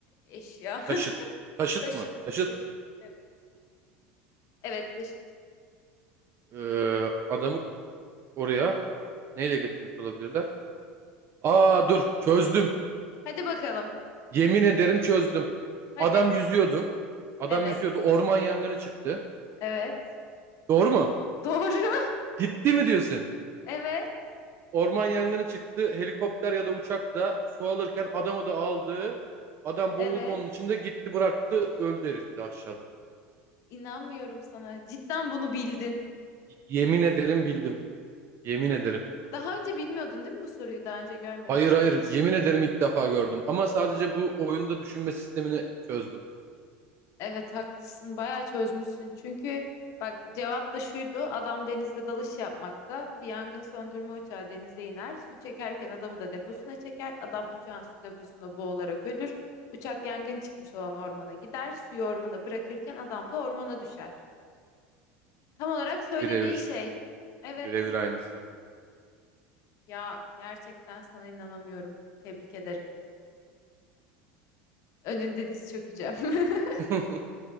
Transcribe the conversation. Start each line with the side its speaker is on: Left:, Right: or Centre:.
Left: eşya.
Right: Taşıt.
Left: <laughs>
Right: Taşıt
Left: Taşıt,
Right: mı? Taşıt.
Left: taşıt. Evet. Evet, taşıt.
Right: Ee, adamı oraya neyle getirmiş olabilirler? Aa dur çözdüm.
Left: Hadi bakalım.
Right: Yemin ederim çözdüm.
Left: Hadi.
Right: Adam yüzüyordu. Adam
Left: Evet.
Right: yüzüyordu. Orman yangını çıktı.
Left: Evet.
Right: Doğru mu?
Left: Doğru. <laughs>
Right: Gitti mi diyorsun?
Left: Evet.
Right: Orman yangını çıktı. Helikopter ya da uçak da su alırken adamı da aldı. Adam
Left: Evet.
Right: boğuldu onun içinde gitti bıraktı. Öldü herif de aşağıda.
Left: İnanmıyorum sana. Cidden bunu bildin.
Right: Yemin ederim bildim. Yemin ederim.
Left: Daha önce bilmiyordun değil mi bu soruyu? Daha önce görmemiştin
Right: Hayır hayır
Left: hiç.
Right: yemin ederim ilk defa gördüm. Ama sadece bu oyunda düşünme sistemini çözdüm.
Left: Evet haklısın. Bayağı çözmüşsün. Çünkü bak cevap da şuydu. Adam denizde dalış yapmakta. Bir yangın söndürme uçağı denize iner. Su çekerken adamı da deposuna çeker. Adam uçağın su deposunda boğularak ölür. Uçak yangın çıkmış olan ormana gider. Suyu ormana bırakırken adam da ormana düşer. Tam olarak söylediğin
Right: Birebir.
Left: şey. Evet.
Right: Birebir aynısı.
Left: Ya gerçekten sana inanamıyorum. Tebrik ederim. Önünde diz çökeceğim. <laughs>
Right: <laughs>